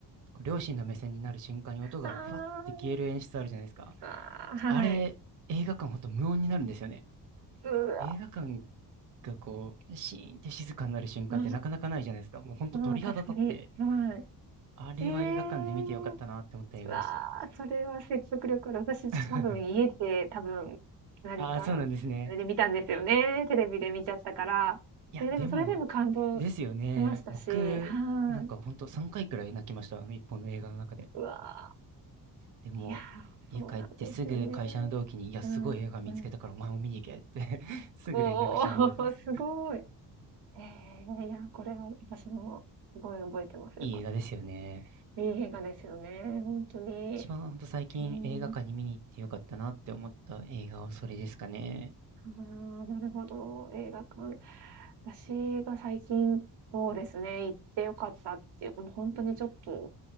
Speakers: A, on the right (about 50°); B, on the right (about 80°).
A: こう両親の目線になる瞬間に音がふわって消える演出あるじゃないですか。
B: ああ。ああ、
A: あれ、
B: はい。
A: 映画館ほんと無音になるんですよね。
B: うわ。
A: 映画館がこう、シーンって静かになる瞬間ってなかなかないじゃないですか。
B: あ
A: もうほんと鳥肌立って、
B: あ、確かに。はい。
A: あれは映画館で見てよかったなって思った映画でした。
B: ええ、うわあ、それは説得力ある。私多分家で多分、
A: <laughs>
B: 何か、
A: ああ、そうなんですね。
B: それで見たんですよね。テレビで見ちゃったから。
A: いや、
B: え、
A: でも、
B: でもそれでも感動し
A: ですよね。
B: ましたし、
A: 僕、
B: はい。
A: なんかほんと3回くらい泣きました。あの一本の映画の中で。
B: うわあ、
A: でも、
B: いや、
A: 家帰ってすぐ会社の同期に、
B: そうなんですよね。
A: いや、
B: うん、
A: すごい映画見つけたからお前も見に行けって
B: うん。
A: <laughs> すぐ連絡したの覚えてます。
B: おお、<laughs> すごい。ええ、いや、これは私もすごい覚えてます。
A: いい映画ですよね。
B: よかったですねいい映画ですよね、本当に。
A: 一番ほんと最近映画館に見に行ってよかったなって思った映画はそれですかね。
B: へんああ、なるほど、映画館。私が最近、そうですね、行ってよかったっていうもう本当にちょっと、